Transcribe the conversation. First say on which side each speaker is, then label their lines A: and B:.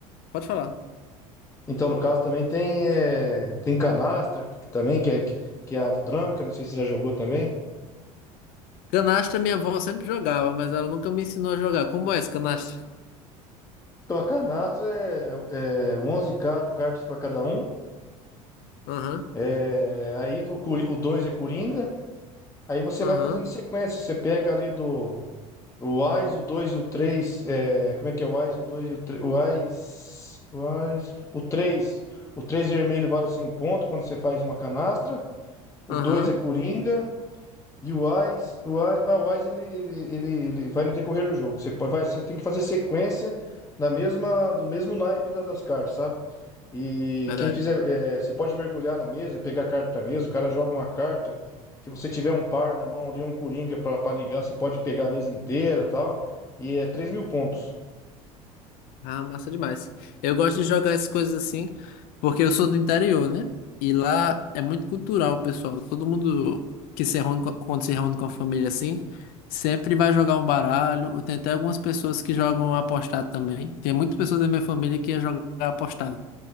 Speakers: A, on the left (about 55°); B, on the left (about 15°).
A: pode falar.
B: Então, no caso também tem, é, tem canastra, que também, que é, que é a tranca, não sei se você já jogou também.
A: Canastra minha avó sempre jogava, mas ela nunca me ensinou a jogar. Como é esse canastra?
B: Então, a canastra é, é 11 ca- cartas para cada um.
A: Aham,
B: É, aí o, Cori- o 2 é Coringa. Aí você
A: aham,
B: vai fazendo sequência. Você pega ali do o Ás, o 2 e o 3. É, como é que é o Ás, o 2 e o 3? O Ás, o Ás, o três O 3 vermelho vale 100 pontos quando você faz uma canastra. O
A: aham.
B: 2 é Coringa. E o Wise, o Wise, ah, o Wise ele, ele, ele, ele vai no decorrer do jogo. Você, pode- vai, você tem que fazer sequência na mesma, do mesmo naipe da- das cartas, sabe? E
A: Verdade.
B: quem fizer, é, você pode mergulhar na mesa, pegar a carta da mesa, o cara joga uma carta. Se você tiver um par na mão ali, um coringa pra pra ligar, você pode pegar a mesa inteira e tal. E é três mil pontos.
A: Ah, massa demais. Eu gosto de jogar essas coisas assim, porque eu sou do interior, né? E lá é muito cultural, pessoal. Todo mundo que se reúne, co- quando se reúne com a família assim, sempre vai jogar um baralho. Tem até algumas pessoas que jogam apostado também. Tem muitas pessoas da minha família que ia jogar apostado.